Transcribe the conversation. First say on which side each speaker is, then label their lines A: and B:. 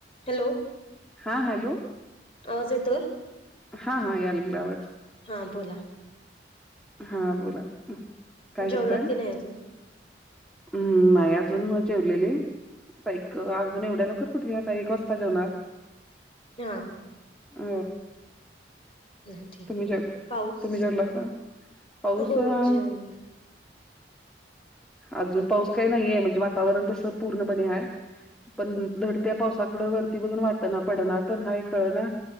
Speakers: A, on the left; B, in the centre.
A: Hello
B: हा hello
A: आवाज येतोय?
B: हा हा या लागलाय आवाज.
A: हा बोला
B: हा बोला, काय
A: जेवलात
B: करताय?
A: की नाही अजून
B: हम्म नाही अजून मग जेवलेले आता एक अजून एवढ्या लवकर कुठे? आता एक वाजता जेवणार.
A: हा
B: अ
A: नाही ठीक
B: तुम्ही
A: आहे
B: जेव,
A: पाऊस
B: तुम्ही जेवलासा? पाऊस
A: हो
B: अं
A: जेवण
B: अजून पाऊस काय नाहीये म्हणजे वातावरण तसं पूर्णपणे हाय पण धड त्या पावसाकडं वरती बघून वाटना पडणार पण हाय कळना